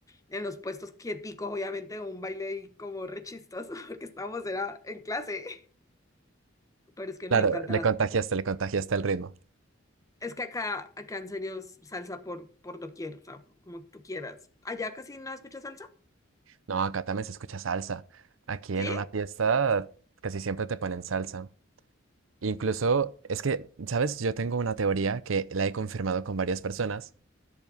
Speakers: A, on the left; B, on the right.
A: en los puestos quieticos, obviamente un baile ahí como re chistoso <laughs> porque estábamos era en clase, pero es que
B: Claro,
A: nos encanta
B: le
A: la
B: contagiaste, le contagiaste el ritmo.
A: es que acá acá en serio es salsa por por doquier, o sea, como tú quieras. Allá casi no escuchas salsa?
B: No, acá también se escucha salsa. Aquí
A: ¿Sí?
B: en una fiesta casi siempre te ponen salsa. Incluso, es que, ¿sabes? Yo tengo una teoría que la he confirmado con varias personas,